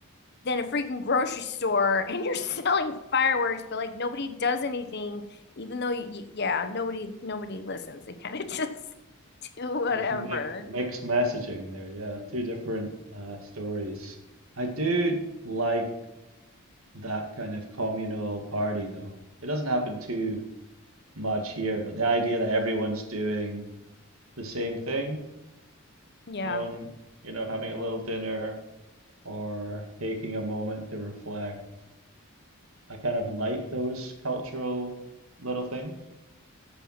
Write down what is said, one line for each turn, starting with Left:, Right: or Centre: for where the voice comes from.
Left: than a freaking grocery store <laughs> and you're selling fireworks but like nobody does anything even though y- yeah nobody nobody listens they kind of <laughs> just do whatever
Right: mi mixed messaging there. Yeah, two different uh, stories. I do like that kind of communal party, though. It doesn't happen too much here, but the idea that everyone's doing the same thing
Left: yeah
Right: on, you know, having a little dinner or taking a moment to reflect, I kind of like those cultural little things.